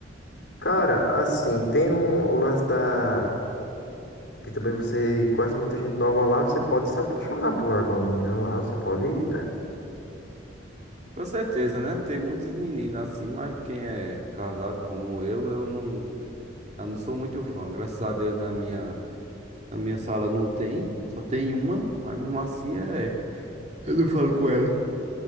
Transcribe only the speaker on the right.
Com certeza, né? Tem muitas meninas assim, mas quem é casado como eu, eu não, eu não sou muito fã. Graças a Deus na minha, na minha sala não tem, só tem uma, mas mesmo assim é. Eu não falo com ela.